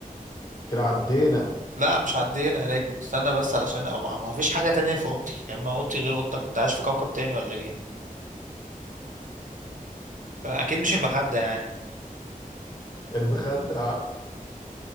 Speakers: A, on the left; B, on the right.
A: كده عدينا
B: لا مش عدينا يا نجم استنى بس علشان أو ما ما فيش حاجة تانية في أوضتي يا إما أوضتي غير أوضتك أنت عايش في كوكب تاني ولا إيه أكيد مش المخدة يعني
A: المخدة